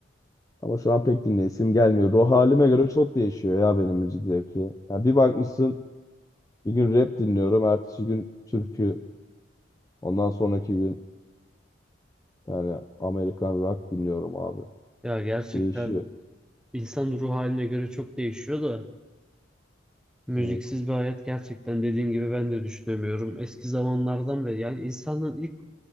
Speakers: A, on the left; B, in the centre.
A: Ama şu an pek dinleyesim gelmiyor. Ruh halime göre çok değişiyor ya benim müzik zevki. Ya bir bakmışsın bir gün rap dinliyorum. Ertesi gün türkü. Ondan sonraki gün Yani Amerikan rock dinliyorum abi.
B: Ya gerçekten
A: Değişiyor.
B: insan ruh haline göre çok değişiyor da müziksiz
A: Evet.
B: bir hayat gerçekten dediğim gibi ben de düşünemiyorum. Eski zamanlardan beri yani insanın ilk